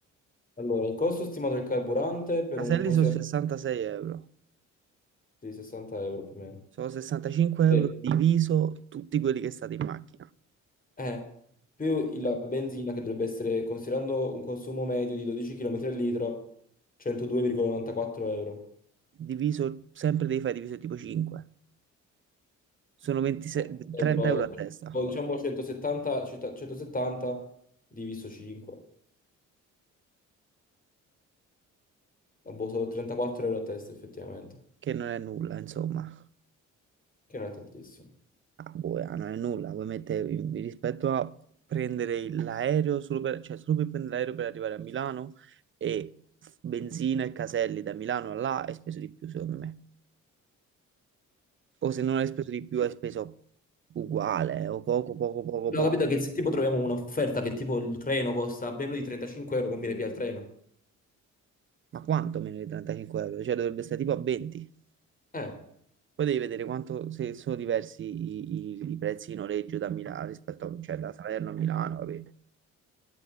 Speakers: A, on the left; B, on the right.
A: Allora, il costo stimato del carburante per
B: Caselli
A: un considerato
B: sono 66 euro.
A: di 60 euro più o meno.
B: Sono 65 euro
A: Sì.
B: diviso tutti quelli che state in macchina.
A: Eh, più il-
B: Ok.
A: la benzina che dovrebbe essere, considerando un consumo medio di 12 km al litro, 102,94 euro.
B: Diviso, sempre devi fare diviso tipo 5. Sono 26
A: Eh, Sarebbero,
B: 30 euro a testa,
A: boh, diciamo 170, cetta- 170 diviso 5. Ah, Boh, sono 34 euro a testa effettivamente,
B: che non è nulla, insomma.
A: che non è tantissimo.
B: Ah, boh, ah, non è nulla, vuoi mettere in- rispetto a prendere il- l'aereo solo per, cioè solo per prendere l'aereo per arrivare a Milano e f- benzina e caselli da Milano a là hai speso di più, secondo me. O se non hai speso di più, hai speso uguale o poco, poco, poco,
A: Abbiamo
B: poco.
A: capito che se tipo troviamo un'offerta che tipo il treno costa meno di 35 euro, conviene più al treno.
B: Ma quanto meno di 35 euro? Cioè dovrebbe stare tipo a 20.
A: Eh,
B: Poi devi vedere quanto se sono diversi i, i- i prezzi di noleggio da Milano rispetto a, cioè, da Salerno a Milano, vabbè.